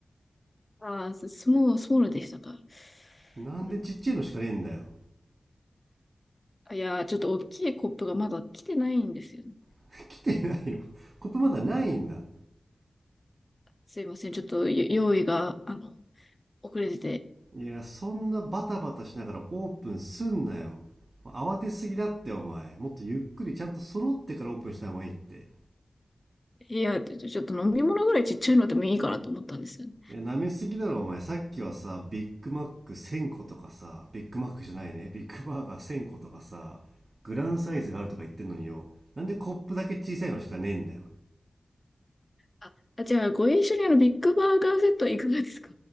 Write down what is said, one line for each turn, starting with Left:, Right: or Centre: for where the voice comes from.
Left: ああ、そもう、そうでしたか。
Right: なんでちっちゃいのしかねえんだよ。
Left: うんいやー、ちょっと大きいコップがまだ来てないんですよね。
Right: <laughs> 来てないの。コップまだないんだ。
Left: すいません、ちょっとよ用意が、あの、遅れてて。
Right: いや、そんなバタバタしながらオープンすんなよ。慌てすぎだって、お前。もっとゆっくりちゃんと揃ってからオープンした方がいいって。
Left: いや、ちょちょっと飲み物ぐらいちっちゃいのでもいいかなと思ったんですよね。
Right: いや、舐めすぎだろ、お前。さっきはさ、ビッグマック1000個とかさ、ビッグマックじゃないね、ビッグバーガー1000個とかさ、グランサイズがあるとか言ってんのによ、なんでコップだけ小さいのしかねえんだよ。
Left: あ、あじゃあ、ご一緒にあの、ビッグバーガーセットいかがですか